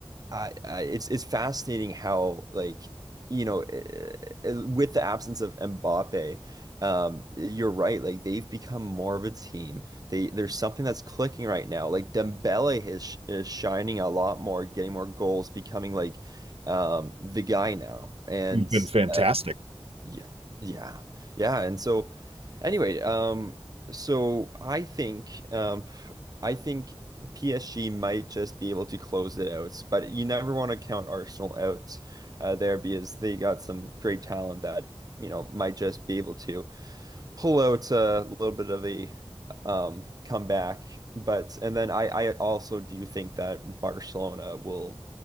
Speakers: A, on the right; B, on the right.
A: I, I it's it's fascinating how like you know eh, eh, with the absence of Mbappe, um, you're right. Like they've become more of a team. They there's something that's clicking right now. Like Dembele is is shining a lot more, getting more goals, becoming like um the guy now. And
B: You've been fantastic.
A: uh, yeah. Yeah. Yeah. And so anyway, um, so I think um I think PSG might just be able to close it out, but you never want to count Arsenal out uh, there because they got some great talent that, you know, might just be able to pull out a little bit of a um, comeback. But and then I, I also do think that Barcelona will